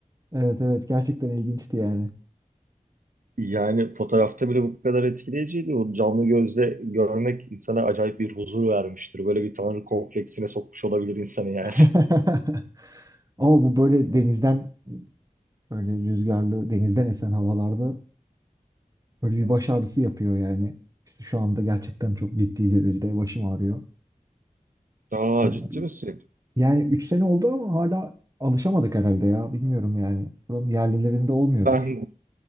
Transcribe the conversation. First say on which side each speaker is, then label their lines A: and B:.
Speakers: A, on the right; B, on the right.
A: Evet evet gerçekten ilginçti yani.
B: Yani fotoğrafta bile bu kadar etkileyiciydi. O canlı gözle görmek insana acayip bir huzur vermiştir. Böyle bir tanrı kompleksine sokmuş olabilir insanı yani.
A: <laughs>
B: <laughs>
A: Ama bu böyle denizden böyle rüzgarlı denizden esen havalarda böyle bir baş ağrısı yapıyor yani. İşte şu anda gerçekten çok ciddi derecede başım ağrıyor.
B: Aa
A: Böyle
B: ciddi
A: bir
B: misin?
A: Yani 3 sene oldu ama hala alışamadık herhalde ya. Bilmiyorum yani. Buranın yerlilerinde olmuyordur.
B: Ben